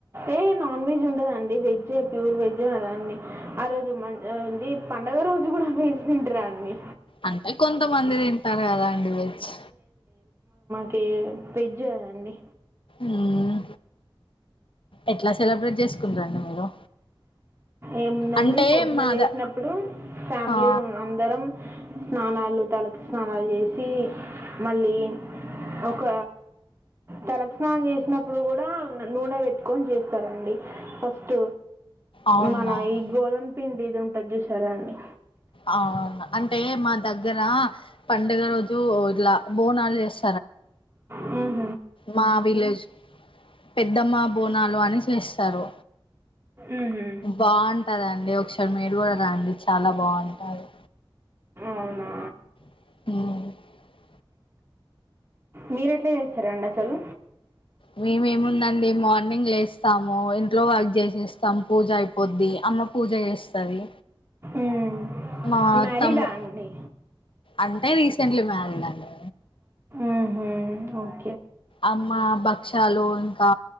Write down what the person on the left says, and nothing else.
అంటే కొంతమంది తింటారు కదా అండి వెజ్
మ్మ్ ఎట్లా సెలబ్రేట్ చేసుకుంటరండి మీరు?
అంటే
మాద
ఆ
అవునా
అవును. అంటే, మా దగ్గర పండుగ రోజు ఒ ఇలా బోనాలు చేస్
మా విలేజ్. పెద్దమ్మ బోనాలు అని చేస్తారు.
బాంటదండి ఒక్కసారి మీరు కూడా రాండి. చాల బాంటది.
మ్
మేమేముందండి మార్నింగ్ లేస్తాము. ఇంట్లో వర్క్ చేసేస్తాము పూజ అయిపోద్ది. అమ్మ, పూజ చేస్తది.
మా
తమ్ము
అంటే రీసెంట్లీ మ్యారీడ్ అండి
అమ్మా భక్షాలు ఇంక్ కా